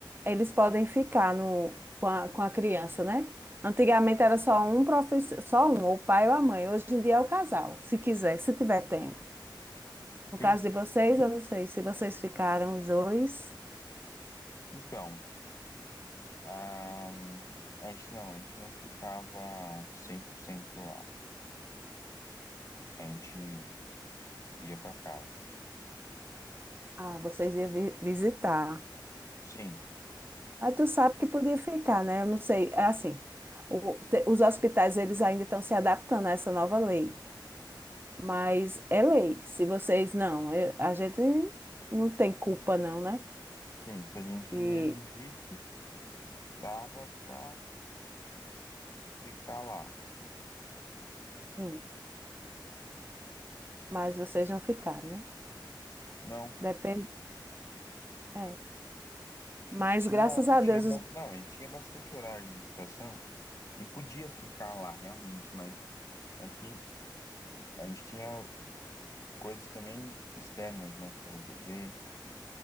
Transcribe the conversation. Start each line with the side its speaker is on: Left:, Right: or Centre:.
Right: eles podem ficar no, com a, com a criança, né? Antigamente era só um profissional, só um, ou o pai ou a mãe. Hoje em dia é o casal, se quiser, se tiver tempo. No caso
Left: sim.
Right: de vocês, eu não sei se vocês ficaram os dois,
Left: Então, ah, a gente não, a gente não ficava 100% lá. A gente ia para casa.
Right: ah, vocês iam vi- visitar.
Left: Sim,
Right: Mas tu sabe que podia ficar, né? Eu não sei, é assim, o- te- os hospitais eles ainda estão se adaptando a essa nova lei, mas é lei. Se vocês não, eu- a gente não tem culpa não, né?
Left: sim, se a gente
Right: Que,
Left: exigisse, dava para ficar lá.
Right: sim, mas vocês não ficaram, né?
Left: Não,
Right: Depende, é. Mas
Left: tinha,
Right: graças a
Left: tinha,
Right: Deus
Left: bas-
Right: os...
Left: não, a gente tinha bastante horário de visitação e podia ficar lá realmente, mas aqui a gente tinha coisas também externas, né, para resolver